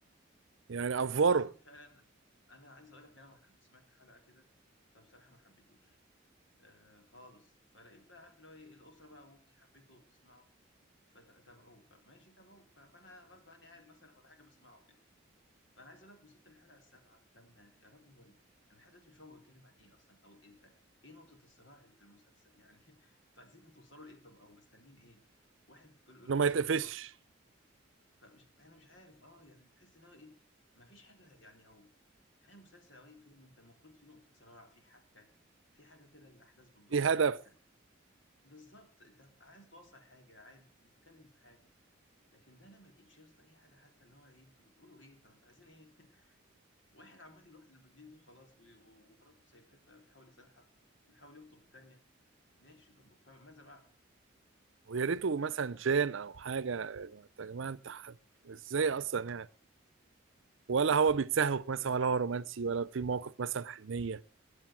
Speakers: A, on the right (about 70°); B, on the left (about 60°).
A: يعني افوره
B: تحس ان فعلا انا عايز اقول لك انا ما- سمعت حلقه كده فبصراحه ما حبيتوش آه خالص فلقيت بقى عارف اللي هو ايه الاسره بقى واختي حبيته وبتسمعه فتابعوه فماشي تابعوه ف- فانا غصب عني قاعد مثلا ولا حاجه بسمعه كده فانا عايز اقول لك وصلت للحلقه السابعه الثامنه يا ربي هو ال- انا لحد دلوقتي مش فاهم هو بيتكلم عن ايه اصلا او انت ايه نقطه الصراع اللي في المسلسل يعني <laughs> انتوا عايزين هتوصلوا لايه طب او مستنين ايه واحد كل يروح
A: انه ما
B: يسيب
A: يتقفش
B: دي ويروح لدي فمش انا مش عارف اه يعني تحس ان هو ايه مفيش حاجه يعني او اي مسلسل او اي فيلم انت المفروض في نقطه صراع في حبكه في حاجه كده الاحداث بتدور
A: في
B: حواليها
A: هدف
B: بالظبط انت عايز توصل حاجه عايز بت- بتتكلم في حاجه لكن ده انا ما لقيتش يا اسطى اي حاجه حتى اللي هو ايه انتوا بتقولوا ايه طب انتوا عايزين ايه <laughs> واحد عمال يروح للمدير دي خلاص و- و- ومراته سايباه فبيحاول يصالحها وبيحاول يخطب التانيه ماشي طب فماذا بعد
A: ويا ريته مثلا جان او حاجه يا جماعه انت ح- ازاي اصلا يعني ولا هو بيتسهوك مثلا ولا هو رومانسي ولا في موقف مثلا حنيه